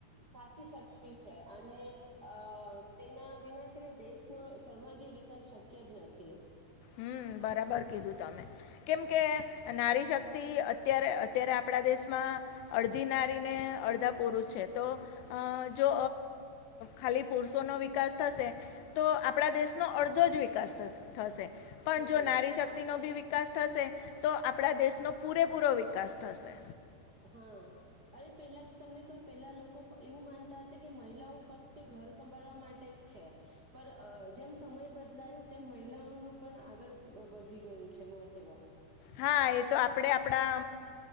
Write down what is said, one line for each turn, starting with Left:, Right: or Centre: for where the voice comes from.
Right: સાચી શક્તિ છે, અને અ તેના વિના છે દેશનો સર્માગી વિકાસ શક્ય જ નથી.
Left: હમ બરાબર કીધું તમે. કેમ કે નારી શક્તિ અત્યારે અત્યારે આપણા દેશમાં, અડધી ના ડધા પુરુષ છે, તો જો ખાલી પુરષો નો વિકાસ થશે, તો આપણા દેશનો અડધ બધો જ વિકાસ થશે. પણ
Right: હમ
Left: જો નારી શક્તિ નો
Right: કઈ
Left: ભી વિકાસ થશે, તો આપણા દેશ દેશનો પૂરેપૂરો વિકાસ થશે.
Right: હા, અરે પેલા તમને કહું પેલા લોકો એવું માનતા હતા કે મહિલાઓ ફક્ત ઘર સંભાળવા માટે જ છે પણ જેમ સમય બદલાયો તેમ મહિલાઓનું પણ આગળ વધી ગયું છે. મહત્વ
Left: હા એ તો આપડે આપડા